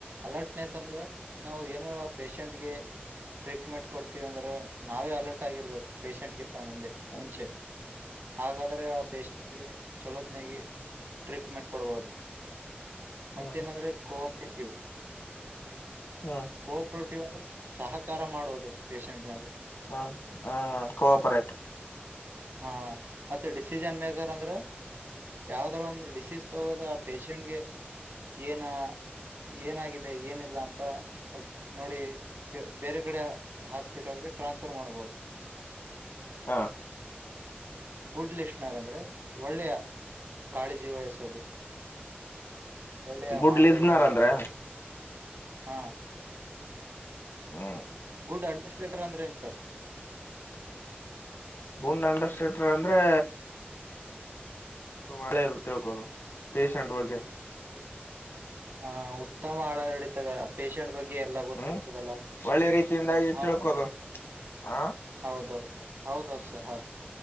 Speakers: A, on the right; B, on the left.
A: ಅಲರ್ಟ್ನೆಸ್ ಅಂದ್ರೆ ನಾವು ಏನರ ಪಷೆಂಟ್ಗೆ. ಟ್ರೀಟ್ಮೆಂಟ್ ಕೊಡ್ತೀವಿ ಅಂದ್ರೆ ನಾವೇ ಅಲರ್ಟ್ ಆಗಿರ್ಬೇಕು ಪೇಶಷೆಂಟ್ಗಿಂತ ಮುಂದೆ.
B: ಹ್ಮ್
A: ಮುಂಚೆ ಅಗಾದ್ ಆದ್ರೆ ಆ ಪೇಶೆಂಟ್ ಗೆ ಚಲೋತ್ನಾಗಿ ಟ್ರೀಟ್ಮೆಂಟ್ ಕೊಡಬಹುದು.
B: ಹ್ಮ್
A: ಮತ್ತೇನಂದ್ರೆ
B: ಹ್ಮ್
A: ಕೋಆಪ್ರೇಟಿವ್.
B: ಹ್ಮ
A: ಕೋಪ್ರೋಟಿವಲ್ಸ್ ಸಹಕಾರ ಮಾಡೋದು ಪೇಷಂಟ್ ಮ್ಯಾಲೆ.
B: ಹ್ಮ ಹ್ಮ್ ಹ್ಮ ಕೋಆಪರೇಟ್.
A: ಹಾ ಮತ್ತೆ ಡಿಸಿಜನ್ ಮೇಕರ್ ಅಂದ್ರೆ ಯಾವ್ದಾರ ಒಂದು ಡಿಸೀಸ್ ತಗೋದ. ಪೇಶೆಂಟ್ಗೆ ಏನ. ಏನಾಗಿದೆ ಏನಿಲ್ಲ ಅಂತ ಸ್ವಲ್ಪ ನೋಡಿ. ಬೇರೆ ಕಡೆ ಹಾಸ್ಪಿಟಲ್ಗೆ ಟ್ರಾನ್ಸ್ಫರ್ ಮಾಡ್ಬಹದು.
B: ಹಾ
A: ಗುಡ್ ಲಿಸ್ನರ್ ಅಂದ್ರೆ ಒಳ್ಳೆಯ ಕಾಳಜಿ ವಹಿಸೋದು. ಒಳ್ಳೆಯ
B: ಗುಡ್
A: ಮಾತುಗಳನ್ನಾಡೊದು.
B: ಲಿಸ್ನರ್ ಅಂದ್ರೆ
A: ಹಾಂ
B: ಹ್ಮ
A: ಗುಡ್ ಅಂಡರ್ಸ್ಟೇಟರ್ ಅಂದರೇನ್ ಸರ್.
B: ಗುಡ್ ಅಂಡಸ್ಟ್ರೇಟರ್ ಅಂದ್ರೆ. ಮಳೆ ಅದು ತಿಳ್ಕೋದು ಪೇಷಂಟ್ ಬಗ್ಗೆ.
A: ಹ ಹ ಉತ್ತಮ ಆಡಳಿತಗಾರ. ಪೇಶೆಂಟ್ ಬಗ್ಗೆ ಎಲ್ಲ ಗೊತ್ತಿರ್ತದಲ್ಲ
B: ಹ್ಮ್ ಒಳ್ಳೆ ರೀತಿಯಿಂದಾಗಿ
A: ಹಾ
B: ತಿಳ್ಕೋದು
A: ಅದೇ.
B: ಹ
A: ಹೌದೌದು ಹೌದೌದು ಸರ್ ಹೌದು.